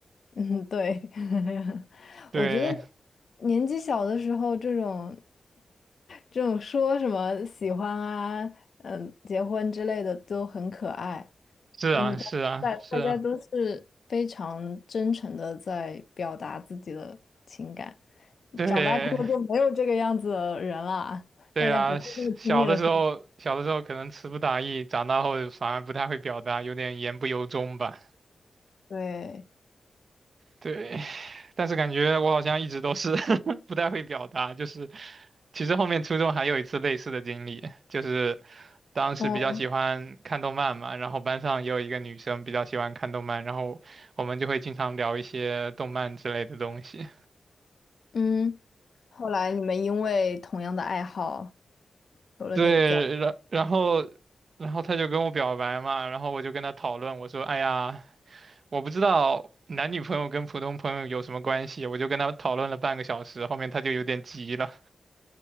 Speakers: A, on the left; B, on the right.
A: 嗯，对，<laughs>
B: 对，
A: 我觉得年纪小的时候，这种这种说什么喜欢啊，嗯，结婚之类的都很可爱，
B: 是啊，
A: 因为大大家都是非常真诚的在表达自己的情感。
B: 是啊，是啊，对，
A: 长大之后就没有这个样子的人了，
B: 对啊。
A: 大家不会那么轻易的说
B: 小小的时候，小的时候可能词不达意，长大后反而不太会表达，有点言不由衷吧。
A: 对。
B: 对，但是感觉我好像一直都是 <laughs> 不太会表达，就是其实后面初中还有一次类似的经历，就是当时比较喜欢看动漫嘛，
A: 嗯。
B: 然后班上也有一个女生比较喜欢看动漫，然后我们就会经常聊一些动漫之类的东西。
A: 嗯，后来你们因为同样的爱好
B: <laughs>
A: 有了点交，
B: 对，然然后然后她就跟我表白嘛，然后我就跟她讨论，我说，哎呀，我不知道。男女朋友跟普通朋友有什么关系？我就跟她讨论了半个小时，后面她就有点急了。